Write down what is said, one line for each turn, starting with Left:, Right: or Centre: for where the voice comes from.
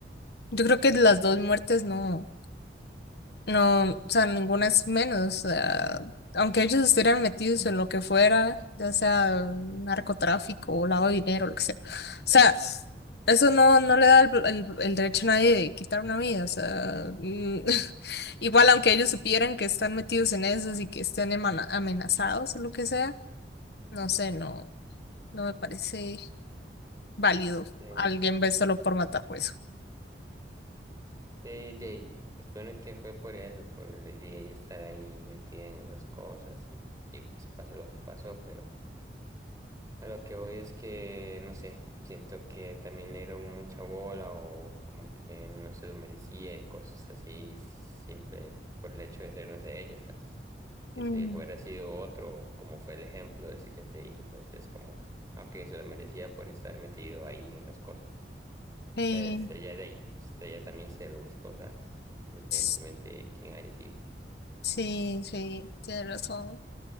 Left: yo creo que las dos muertes no. No, o sea, ninguna es menos. o sea, aunque ellos estuvieran metidos en lo que fuera, ya sea narcotráfico o lavado de dinero, lo que sea. O sea, eso no, no le da el, el- el derecho a nadie de quitar una vida. O sea, mm, <laughs> igual aunque ellos supieran que están metidos en eso y que estén emana- amenazados o lo que sea, no sé, no, no me parece válido.
Right: Sí,
Left: Alguien ve solo por matar por eso.
Right: sí, de ahí, se supone que fue por eso, por el día y estar ahí metida en esas cosas y, y pues pasó lo que pasó, pero... A lo que voy es que, no sé, siento que también le dieron mucha bola o como que no se lo merecía y cosas así, siempre por el hecho de ser, no sé, ella, ¿sabes? Que
Left: Mm.
Right: si hubiera sido otro, como fue el ejemplo ese que te dije, pues es como, aunque se lo merecía por estar metido ahí en esas cosas.
Left: Eh,
Right: Pues ella de ahí, pues ella también se lo buscó, ¿sabes? Independientemente
Left: s-
Right: de quién haya sido.
Left: sí, sí, tienes razón.